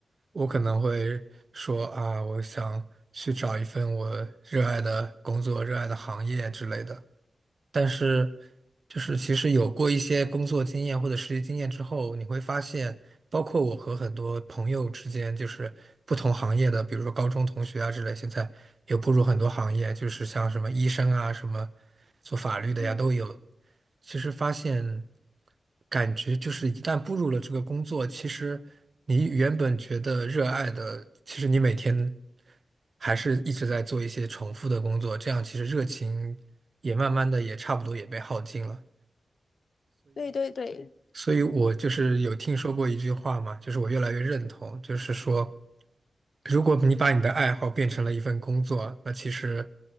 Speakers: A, on the right; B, on the left.
A: 我可能会说啊，我想去找一份我热爱的工作、热爱的行业之类的。但是，就是其实有过一些工作经验或者实习经验之后，你会发现，包括我和很多朋友之间，就是不同行业的，比如说高中同学啊之类，现在有步入很多行业，就是像什么医生啊，什么做法律的呀都有。
B: 嗯。
A: 其实发现，感觉就是一旦步入了这个工作，其实你原本觉得热爱的，其实你每天。还是一直在做一些重复的工作，这样其实热情也慢慢的也差不多也被耗尽了。
B: 对对对，
A: 所以我就是有听说过一句话嘛，就是我越来越认同，就是说，如果你把你的爱好变成了一份工作，那其实